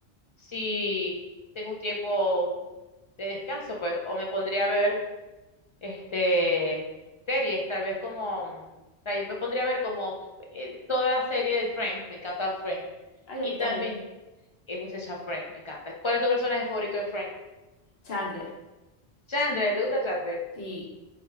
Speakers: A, on the left; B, on the left.
A: si tengo un tiempo de descanso, pues, o me pondría a ver. este, series, tal vez como, o sea, yo me pondría a ver como el- toda la serie de Friends, me encanta Friends,
B: Ay,
A: y
B: a mí
A: también,
B: también.
A: es muchacha Friends, me encanta. ¿Cuál es tu personaje favorito de Friends?
B: Chandler,
A: Chandler, ¿le gusta Chandler?
B: sí.